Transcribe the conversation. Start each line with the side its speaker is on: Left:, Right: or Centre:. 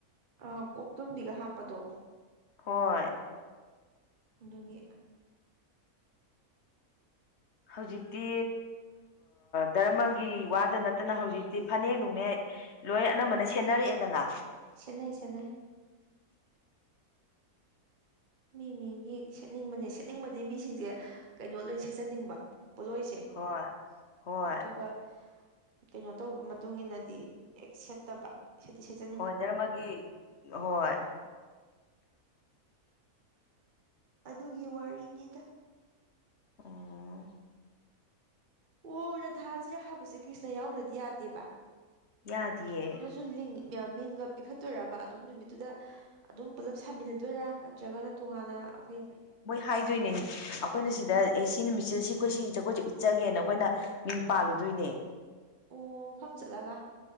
Right: ꯑ ꯀꯣꯛꯇꯨꯝꯝꯕꯤꯒ ꯍꯥꯞꯄꯗꯣ
Left: ꯍꯣꯏ
Right: ꯑꯗꯨꯒꯤ
Left: ꯍꯧꯖꯤꯛꯇꯤ ꯗꯔꯃꯒꯤ ꯋꯥꯗ ꯅꯠꯇꯅ ꯍꯧꯖꯤꯛꯇꯤ ꯐꯅꯦꯛ ꯅꯨꯡꯅꯦꯛ ꯂꯣꯏ ꯑꯅꯝꯕꯅ ꯁꯦꯟꯅꯔꯛꯑꯦꯗꯅ
Right: ꯁꯦꯠꯅꯩ ꯁꯦꯠꯅꯩ ꯃꯤ ꯃꯤꯒꯤ ꯁꯦꯠꯅꯤꯡꯕꯅꯦ ꯁꯦꯠꯅꯤꯡꯕꯗꯤ ꯃꯤꯁꯤꯡꯁꯦ ꯀꯩꯅꯣ ꯂꯣꯏ ꯁꯦꯠꯆꯅꯤꯡꯕ ꯄꯣꯠꯂꯣꯏꯁꯦ
Left: ꯍꯣꯏ ꯍꯣꯏ
Right: ꯑꯗꯨꯒꯒ ꯀꯩꯅꯣ ꯇꯧꯕ ꯃꯇꯨꯡꯟꯅꯗꯤ ꯍꯦꯛ ꯁꯦꯠꯇꯕ ꯁꯦ ꯁꯦꯠ
Left: ꯍꯣꯏ ꯗꯔꯃꯒꯤ ꯍꯣꯏ
Right: ꯑꯗꯨꯒꯤ ꯋꯥꯔꯤꯅꯤꯗ
Left: ꯑ
Right: ꯑꯣ ꯔꯥꯙꯥꯁꯤꯦ ꯍꯥꯏꯕꯁꯦ ꯀ꯭ꯔꯤꯁꯅ ꯌꯥꯎꯗ꯭ꯔꯗꯤ ꯌꯥꯗꯦꯕ
Left: ꯌꯥꯗꯌꯦꯦ
Right: ꯁꯨ ꯃꯤꯡꯒ ꯄꯤꯈꯠꯇꯣꯏꯔꯕ ꯑꯗꯨꯝ ꯅꯨꯃꯤꯠꯇꯨꯗ ꯑꯗꯨꯝ ꯄꯨꯜꯂꯞ ꯁꯥꯃꯤꯟꯅꯗꯣꯏꯔꯥ ꯅꯠꯇ꯭ꯔꯒꯅ ꯇꯣꯉꯥꯟꯅ ꯑꯩꯈꯣꯏ
Left: ꯍꯥꯏꯥꯏꯗꯣꯏꯅꯦ ꯑꯩꯈꯣꯏꯅ ꯁꯤꯗ ꯑꯦ ꯁꯤ ꯅꯨꯃꯤꯠꯁꯤꯗ ꯁꯤ ꯑꯩꯈꯣꯏ ꯁꯤ ꯖꯒꯣꯏꯁꯦ ꯎꯠꯆꯒꯦꯅ ꯑꯩꯈꯣꯏꯅ ꯃꯤꯡ ꯄꯥꯜꯂꯨꯗꯣꯏꯅꯦ
Right: ꯑꯣ ꯃꯐꯝ ꯆꯠꯂꯒ